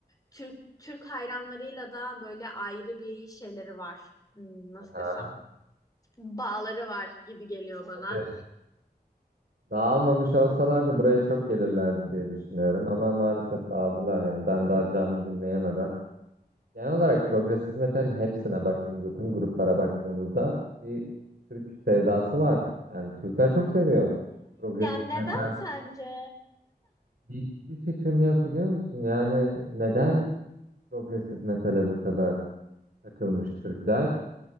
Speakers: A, on the left; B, on the right.
A: Türk Türk hayranlarıyla da böyle ayrı bir şeyleri var. Hmm, Nasıl
B: Aha,
A: desem bağları var gibi geliyor bana.
B: evet. Dağılmamış olsalardı buraya çok gelirlerdi diye düşünüyorum ama maalesef dağıldılar yani ben daha canlı dinleyemeden. Genel olarak progresif metalin hepsine baktığımızda tüm gruplara baktığımızda bir Türk sevdası var. Yani Türkler çok seviyor progresif
A: Neden
B: metal.
A: sence?
B: Hiçbir fikrim yok biliyor musun? Yani neden progresif metale bu kadar takılmış Türkler?